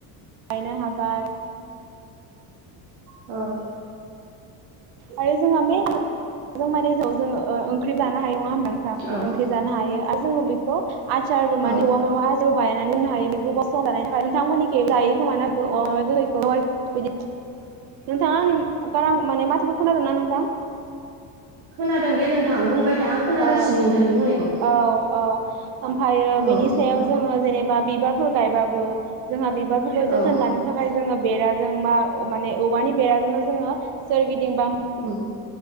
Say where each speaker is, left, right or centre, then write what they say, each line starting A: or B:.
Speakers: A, on the right; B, on the right.
A: गायनो हाबाय।
B: औ
A: आरो जोंहा <unintelligible> माने जाव जोङो ओंख्रिबो जानो हायो नङा हो- नोंथां
B: औ
A: ओंख्रि जानो हायो आ- जोङो बेखौ आचार
B: औ
A: माने औवा मेवा बायनानै दोननो हायो बेखौ बस्थ बानायनो थाखाय नोंथांमोननिखै लायो खोमा ना? <unintelligible> बिदि। नोंथां आंनि गारां आ माने मा- खो खोनादोंना नोंथां?
B: खोनादों दे नोंथां बुंबाय- था आं खोनागासिनो
A: औ
B: नोंथांनि बुंनायखौ
A: औ औ ओमफायो
B: औ
A: बेनि सायाव
B: औ
A: जोङो जेनेब- बा बिबारफोर गायबाबो जोंहा बे- बिबारफोरखौ जोथोन
B: औ
A: लानो थाखाय जोङो बेराजोंबा माने औवानि बेराजोंनो जोङो सोरगिदिं बेंबानो
B: उम